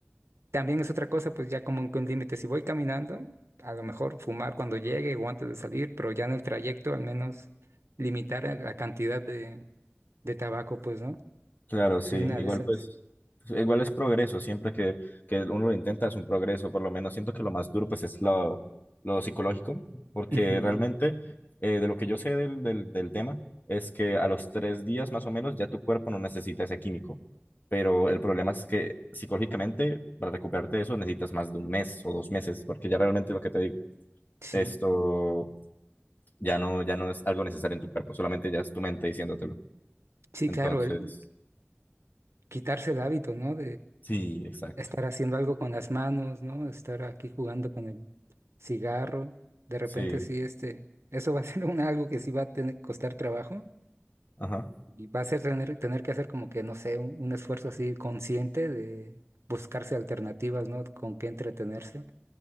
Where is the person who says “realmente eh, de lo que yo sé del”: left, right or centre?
Left